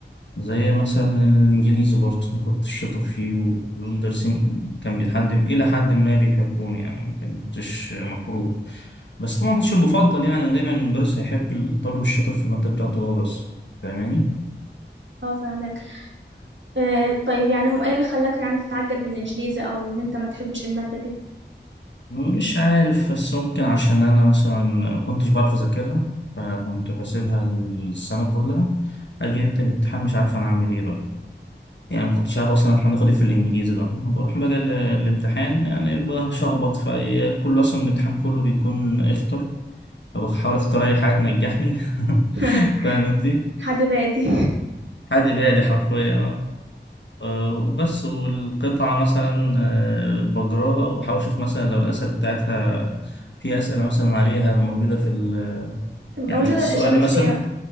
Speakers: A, on the left; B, on the right.
A: زي مثلا الإنجليزي برضه أنا كنت شاطر فيه والمدرسين كان بيحد إلى حد ما بيحبوني يعني ما كنتش مكروه بس طبعا ما كنتش المفضل يعني دايما المدرس هيحب الطالب الشاطر في المادة بتاعته هو بس فاهماني؟
B: اه فاهمك آه طيب يعني هو ايه اللي خلاك يعني تتعقد من الانجليزي او ان انت ما تحبش المادة دي
A: مش عارف بس ممكن عشان أنا مثلا ما كنتش بعرف أذاكرها فكنت بسيبها السنة كلها أجي ليلة الامتحان مش عارف أنا أعمل إيه بقى. يعني ما كنتش عارف اصلا احنا هناخد ايه في الانجليزي ده أنا بروح بقى ال- الامتحان يعني بشخبط في كله اصلا الامتحان كله بيكون اختر فبحاول اختار اي حاجه تنجحني <laughs>
B: <laughs>
A: فاهم انت
B: حد بادي
A: حد بعدي حرفيا آه، بس والقطعه مثلا آه، بجراها وبحاول اشوف مثلا لو الاسئله بتاعتها في اسئله مثلا عليها موجوده في ال-
B: <laughs> تبقى
A: يعني
B: مش
A: السؤال
B: هذا الاجابات
A: مثلا
B: فيها